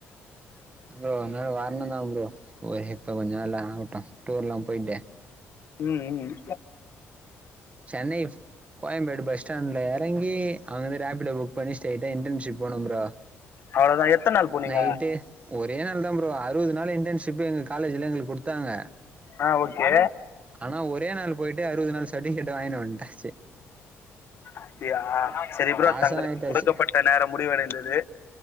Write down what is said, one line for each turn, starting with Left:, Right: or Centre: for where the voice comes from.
Right: புரோ ஒரு நாள் வரணும் தான் புரோ ஒரு இப்ப கொஞ்சம் நாள் ஆகட்டும் டூர் எல்லாம் போயிட்டு
Left: ம் ம்
Right: சென்னை கோயம்பேடு பஸ் ஸ்டாண்ட்ல இறங்கி அவங்கிந்து ரேபிடோ புக் பண்ணி ஸ்டிரைடா இன்டர்ன்ஷிப் போனோ புரோ
Left: அவ்ளோதான் எத்தன நாள் போனீங்க
Right: நைட்டு ஒரே நாள் தான் ப்ரோம் அறுபது ஒரே நாள் தான் புரோ அறுபது நாள் இன்டர்ன்ஷிப் எங்க காலேஜ்ல எங்களுக்கு கொடுத்தாங்க
Left: ஹ ஓகே
Right: ஆனா ஒரே நாள் போயிட்டு அறுபது நாள் சர்டிஃபிகேட் வாங்கினு வந்தாச்சு
Left: அப்படியா சரி புரோ
Right: பாஸு
Left: தங்களுக்கு
Right: ஆயிட்டாச்சு
Left: கொடுக்கப்பட்ட நேரம் முடிவடைந்தது